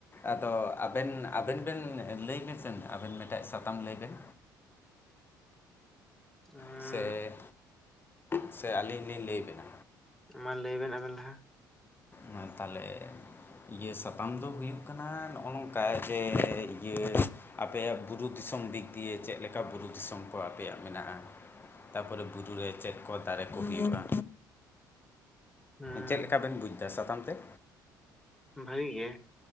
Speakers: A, on the left; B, in the centre.
A: ᱟᱫᱚ ᱟᱵᱮᱱ ᱟᱵᱮᱱ ᱵᱮᱱ ᱮᱸ ᱞᱟᱹᱭ ᱵᱮ ᱥᱮᱱ ᱟᱵᱮᱱ ᱢᱤᱫᱴᱮᱱ ᱥᱟᱛᱟᱢ ᱞᱟᱹᱭ ᱵᱮᱱ
B: ᱩᱸ
A: ᱥᱮ ᱥᱮ ᱟᱹᱞᱤᱧ ᱞᱤᱧ ᱞᱟᱹᱭ ᱵᱮᱱᱟ?
B: ᱢᱟ ᱞᱟᱹᱭ ᱵᱮᱱ ᱟᱵᱮᱱ ᱞᱟᱦᱟ
A: ᱢᱟ ᱛᱟᱦᱚᱞᱮ ᱤᱭᱟᱹ ᱥᱟᱛᱟᱢ ᱫᱚ ᱦᱩᱭᱩᱜ ᱠᱟᱱᱟ ᱱᱚᱜᱼᱚ ᱱᱚᱝᱠᱟ ᱡᱮ ᱤᱭᱟᱹ ᱟᱯᱮᱭᱟᱜ ᱵᱩᱨᱩ ᱫᱤᱥᱚᱢ ᱫᱤᱠ ᱫᱤᱭᱮ ᱪᱮᱫ ᱞᱮᱠᱟ ᱵᱩᱨᱩ ᱫᱤᱥᱚᱢ ᱠᱚ ᱟᱯᱮᱭᱟᱜ ᱢᱮᱱᱟᱜᱼᱟ? ᱛᱟᱨᱯᱚᱨᱮ ᱵᱩᱨᱩ ᱨᱮ ᱪᱮᱫ ᱠᱚ ᱫᱟᱨᱮ ᱠᱚ ᱦᱩᱭᱩᱜᱼᱟ?
B: ᱦᱩᱸ
A: ᱪᱮᱫ ᱞᱮᱠᱟ ᱵᱮᱱ ᱵᱩᱡᱽ ᱫᱟ ᱥᱟᱛᱟᱢ ᱛᱮᱜ
B: ᱵᱷᱟᱹᱜᱤ ᱜᱮ